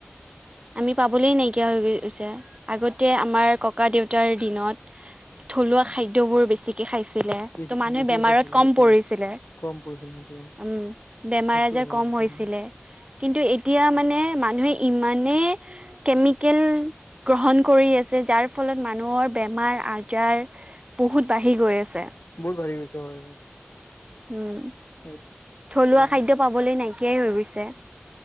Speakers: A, on the right; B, on the left.
A: আমি পাবলেই নাইকিয়া হৈ গৈছে, আগতে আমাৰ ককা-দেউতাৰ দিনত থলুৱা খাদ্যবোৰ বেছি যি টি খাইছিলে,
B: বেছি
A: ত' মানুহে
B: বেছিয়ে
A: বেমাৰত
B: খাইছিল
A: ক'ম
B: সেইটোৱে
A: পৰিছিলে।
B: কম পৰিছিল সেইটো
A: উম্, বেমাৰ-আজাৰ
B: সেইটো হয়
A: ক'ম
B: সেইটো
A: হৈছিলে,
B: হয়
A: কিন্তু এতিয়া মানে মানুহে ইমানে কেমিকেল গ্ৰহণ কৰি আছে, যাৰ ফলত মানুহৰ বেমাৰ-আজাৰ বহুত বাঢ়ি গৈ আছে।
B: বহুত বাঢ়ি গৈ আছে, হয়।
A: উম্,
B: সেই সেইটোৱে
A: থলুৱা খাদ্য পাবলৈ নাইকিয়ায়ে হৈ গৈছে।